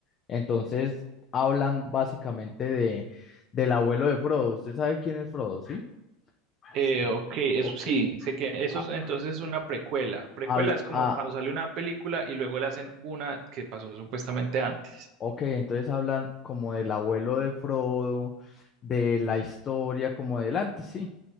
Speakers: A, on the left; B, on the right.
A: Entonces, hablan básicamente de del abuelo de Frodo. ¿Usted sabe quién es Frodo, sí?
B: Eh,
A: Sí.
B: ok, eso
A: Ok.
B: sí, sé que eso
A: Ah,
B: es entonces es una precuela. Precuela
A: habla-
B: es como
A: ah,
B: cuando sale una película y luego le hacen una que pasó supuestamente antes.
A: Ok, entonces hablan como del abuelo de Frodo, de la historia como del antes, sí.